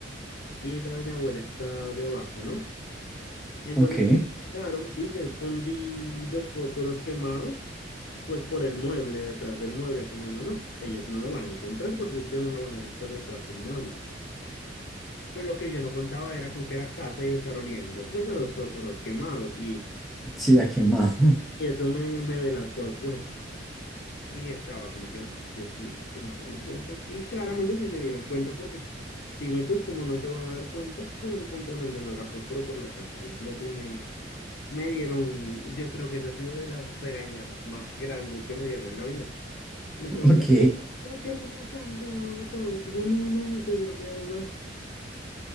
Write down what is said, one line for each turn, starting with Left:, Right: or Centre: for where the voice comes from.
Left: y la de mi abuela está debajo, ¿no? Entonces
Centre: ok,
Left: ellos llegaron y yo escondí los fósforos quemados pues por el mueble, detrás del mueble, asumiendo, no, ellos no lo van a encontrar porque es que no lo van a buscar detrás del mueble. Con lo que yo no contaba era con que la casa iba a estar oliendo, pues a los fósforos quemados y,
Centre: sí, ha quemado,
Left: y eso me, me delató, pues. Y estaba como que, "Uf, Dios mío, que no se den cuenta. Y claramente sí se dieron cuenta porque, dime tú, cómo no se van a dar cuenta con, con tremendo olor a fósforo por la casa completa y me, me dieron, yo creo que esa ha sido de las regañadas más grandes que me dieron en la vida. Me preguntaron
Centre: <laughs> ok.
Left: quieres quemar la casa o todo eso. Y yo no, no, yo solo quería jugar.